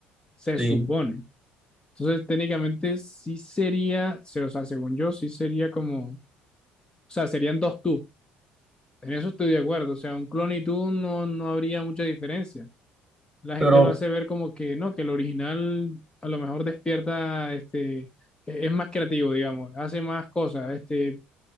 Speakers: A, on the left (about 20°); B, in the centre.
A: se
B: sí.
A: supone. Entonces, técnicamente sí sería, se- o sea, según yo, sí sería como, o sea, serían dos tú. En eso estoy de acuerdo. O sea, un clon y tú no, no habría mucha diferencia. La gente
B: Pero,
A: lo
B: o
A: hace ver como que no, que el original a lo mejor despierta, este, e- es más creativo, digamos, hace más cosas, este,